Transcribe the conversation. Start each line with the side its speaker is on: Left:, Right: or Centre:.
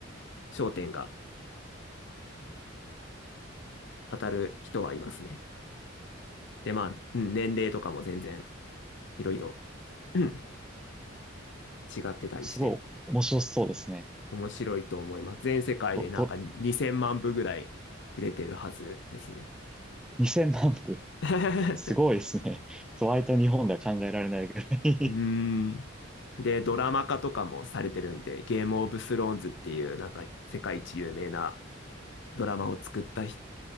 Left: 焦点が当たる人はいますね。で、まあ、うん、年齢とかも全然いろいろうん違ってたりして、
Centre: すごい面白そうですね。
Left: 面白いと思います。全世界でなんか2000万部ぐらい売れてるはずですね。
Centre: と、と、2000万部、<laughs>
Left: <laughs>
Centre: すごいですね。そう割と日本では考えられないぐらい
Left: うーん。で、ドラマ化とかもされてるんで、ゲームオブスローンズっていう、なんか世界一有名なドラマを作ったひ